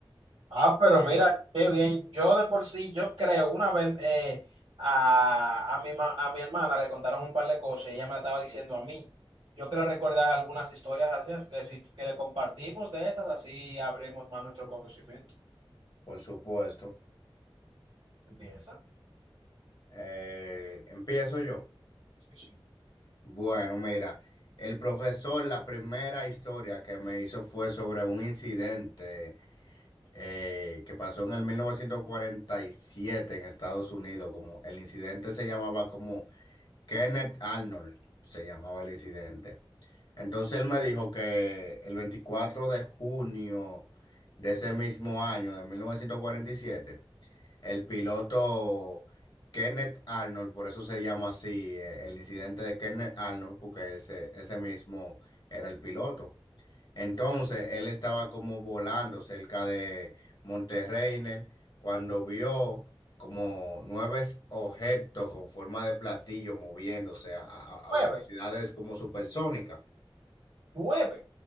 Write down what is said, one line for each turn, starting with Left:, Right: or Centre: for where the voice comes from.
Right: Ah, pero mira, qué bien. Yo de por sí, yo creo, una vez eh, a, a mi, ma- a mi hermana le contaron un par de cosas y ella me la estaba diciendo a mí. Yo creo recordar algunas historias así, así que si que le compartimos de esas, así abrimos más nuestro conocimiento.
Left: por supuesto.
Right: Empieza.
Left: Eh, empiezo yo.
Right: Sí, sí.
Left: Bueno, mira, el profesor, la primera historia que me hizo fue sobre un incidente eh, que pasó en el 1947 en Estados Unidos, como el incidente se llamaba como Kenneth Arnold se llamaba el incidente. Entonces él me dijo que el 24 de junio de ese mismo año, de 1947, el piloto Kenneth Arnold, por eso se llama así, eh, el incidente de Kenneth Arnold, porque ese, ese mismo era el piloto. Entonces él estaba como volando cerca de Monterreynel cuando vio como nueve objetos con forma de platillo moviéndose a, a- a
Right: Nueve,
Left: velocidades como supersónicas.
Right: nueve.